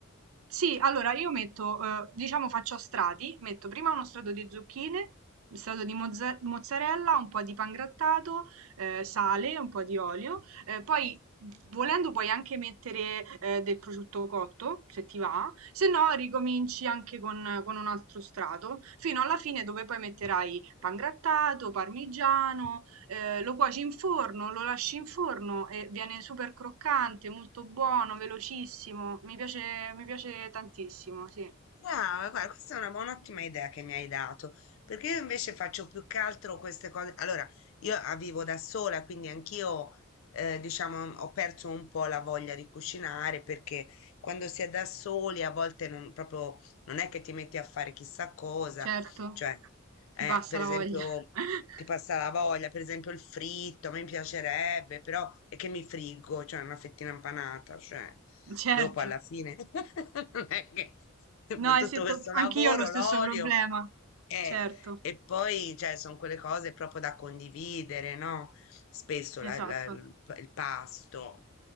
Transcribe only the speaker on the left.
Brava, guarda, questa è una buona, ottima idea che mi hai dato, perché io invece faccio più che altro queste cose. Allora, io ah, vivo da sola, quindi anch'io, eh, diciamo, ho perso un po' la voglia di cucinare, perché quando si è da soli a volte non, proprio, non è che ti metti a fare chissà cosa,
cioè eh,
per
esempio,
ti passa la voglia, per esempio il fritto, a me piacerebbe, però è che mi friggo, cioè una fettina impanata, cioè
dopo alla fine <laughs> non è che <laughs> dopo
tutto
questo
lavoro,
l'olio
eh,
e poi cioè, sono quelle cose proprio da condividere, no? Spesso
la- la- il il pasto